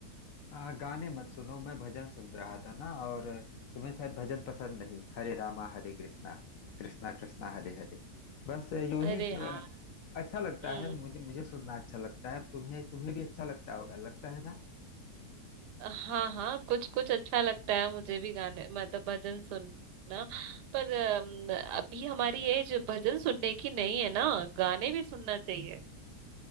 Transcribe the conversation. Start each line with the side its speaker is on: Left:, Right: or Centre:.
Left: आ, गाने मत सुनो मैं भजन सुन रहा था ना और तुम्हें शायद भजन पसंद नहीं हरे रामा हरे कृष्णा कृष्णा कृष्णा हरे हरे बस यूं
Right: अरे
Left: ही तो
Right: यार
Left: अ, अच्छा लगता
Right: हम्म।
Left: है मुझे मुझे सुनना अच्छा लगता है तुम्हें तुम्हें भी अच्छा लगता होगा लगता है ना
Right: हाँ हाँ कुछ कुछ अच्छा लगता है मुझे भी गाने मतलब भजन सुनना पर अम, अभी हमारी एज भजन सुनने की नहीं है ना गाने भी सुनना चाहिए